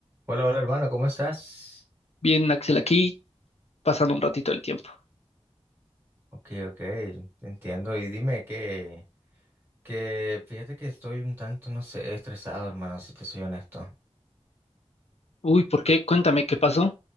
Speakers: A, on the right; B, on the left.
A: Hola, hola hermano, ¿cómo estás?
B: Bien, Axel, aquí pasando un ratito el tiempo.
A: Ok, ok, te entiendo. Y dime que, que fíjate que estoy un tanto, no sé, estresado, hermano, si te soy honesto.
B: Uy, ¿por qué? Cuéntame, ¿qué pasó?